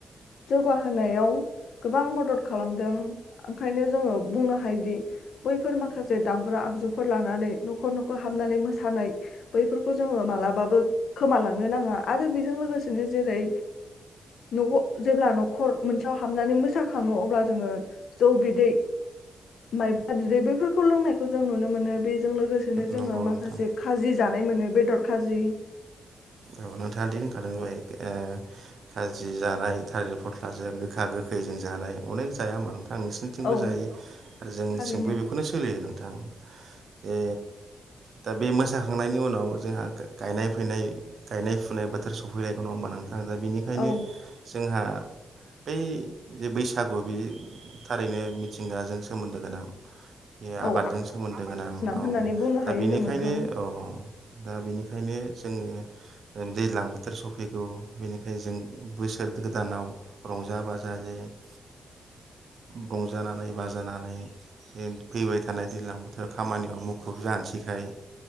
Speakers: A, on the left; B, on the right.
A: जौगाहोनायाव गोबां मद द खालामदों। ओंखायनो जोङो बुंनो हायोदि बैफोर माखासे दामग्रा आगजुफोर लानानै न'खर न'खर हाबनानै मोसानाय बैफोरखौ जोङो मालाबाबो खोमालांनो नाङा आरो बेजों लोगोसेनो जेरै न'ख जेब्ला न'खर मोनसेयाव हाबनानै मोसाखाङो अब्ला जोङो जौ बिदै मायब्रा बिदै बोफोरखौ लोंनायखौ जों नुनो मोनो बेजों लोगोसेनो जोङो
B: नंगौ
A: माखासे
B: नोंथां
A: खाजि जानाय मोनो बेदर खाजि।
B: औ नोंथाङा दि होनखादों दहाय ओ खाजि जानाय थालिर फस्लाजों गोखा गोखैजों जानाय। अनेक जाया होनबा नोथा थां नोंसोरनिथिंबो
A: औ
B: जायो आरो जोंनिथिंबो
A: थारैनो
B: बेखौनो सोलियो नों थां जे दा बे मोसाखांनायनि उनाव जोंहा गा-गायनाय फैनाय गायनाय-फुनाय बोथोर सफैलायगौ नङा होनबा नों थां दा बेनिखायनो
A: औ
B: जोंहा बै जे बै सागु बे थारैनो मिथिंगाजों सोमोन्दो गोनां। बे आबादजों
A: औ
B: सोमोन्दो गोनां औ
A: होननानै बुंनो
B: दा
A: हायो
B: बेनिखायनो
A: जों नोंथां
B: औ औ दा बेनिखायनो जोङो ओ दैज्लां बोथोर सफैगौ। बेनिखायनो जों बोसोर गोदानाव रंजा बाजा जे ओ रंजानानै-बाजानानै बे फैबाय थानाय दैज्लां बोथोराव खामानियाव मुखुब जानोसैखाय